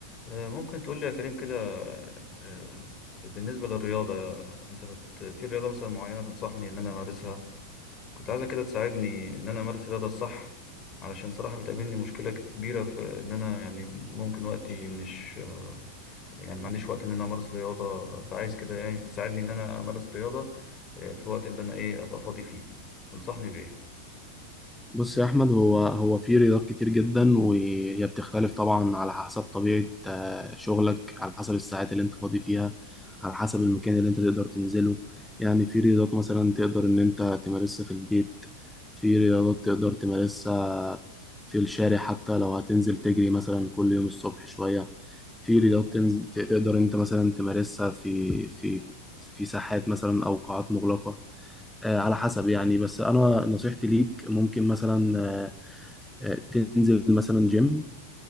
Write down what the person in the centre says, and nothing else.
بص يا احمد هو هو في رياضات كتير جدا وهي بتختلف طبعا على حسب طبيعه آه، شغلك على حسب الساعات اللي انت فاضي فيها على حسب المكان اللي انت تقدر تنزله يعني في رياضات مثلا تقدر ان انت تمارسها في البيت في رياضات تقدر تمارسها في الشارع حتى لو هتنزل تجري مثلا كل يوم الصبح شويه في رياضات تنز- تقدر انت مثلا تمارسها في في في ساحات مثلا او قاعات مغلقه آه، على حسب يعني بس انا نصيحتي ليك ممكن مثلا آه، آه، تنزل مثلا جيم